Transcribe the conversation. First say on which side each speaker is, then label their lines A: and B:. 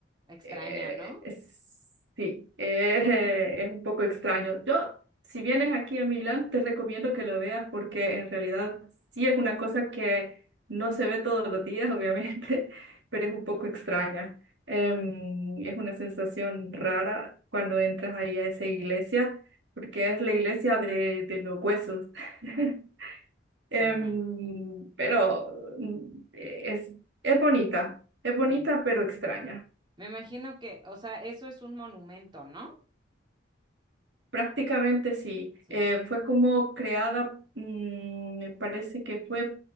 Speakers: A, on the right (about 25°); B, on the right (about 70°).
A: extraña,
B: Eh,
A: ¿no?
B: es- sí, <laughs> eh, es un poco extraño. Yo, si vienes aquí a Milán, te recomiendo que lo veas porque en realidad sí es una cosa que no se ve todos los días, obviamente, <laughs> pero es un poco extraña. Em, es una sensación rara cuando entras ahí a esa iglesia, porque es la iglesia de, de los huesos. <laughs>
A: Sí,
B: Em,
A: me imagino.
B: pero mm, es, es bonita, es bonita
A: Sí.
B: pero extraña.
A: Me imagino que, o sea, eso es un monumento, ¿no?
B: Prácticamente sí.
A: Sí,
B: Eh, fue como creada, mm, me parece que fue